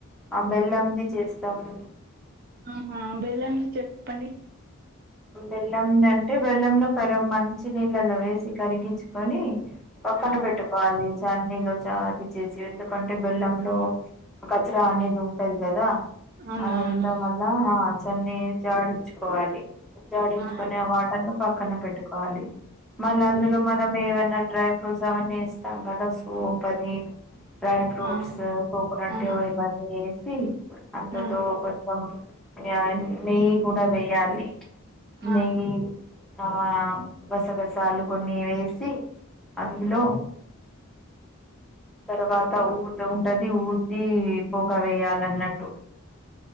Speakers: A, in the centre; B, on the right.
A: ఆ బెల్లంది చేస్తాము
B: ఆహా బెళ్ళం ది చెప్పండి
A: బెల్లం అంటే బెల్లం ను కర మంచి నీళ్ళలో వేసి కరిగించుకొని పక్కన
B: ఆ
A: పెట్టుకోవాలి చన్నీలో చ అది చేసి ఎందుకంటే బెల్లంలో కచరా అనేది ఉంటది కదా
B: అవునవును
A: అదంతా మల్ళ దన్ని జాడించుకోవాలి జాడించుకొని
B: ఆహా
A: ఆ వాటర్ను పక్కన పెట్టుకోవాలి మళ్ళీ
B: అవును
A: అందులో మనం ఏవన్నా డ్రై ఫ్రూట్స్ అవన్నీ ఏస్తాం కదా సోపని డ్రై ఫ్రూట్స్
B: ఆ
A: కోకోనట్
B: ఆహా
A: ఇవ ఇవన్నీ వేసి అందులో
B: ఆ
A: కొంచెం న్యా నెయ్యి కూడా వేయాలి
B: ఆ
A: నెయ్యి ఆ రసగసాలు కొన్ని వేసి అందులో తర్వాత ఊది ఉంటది ఊది పొగ వేయాలన్నట్టు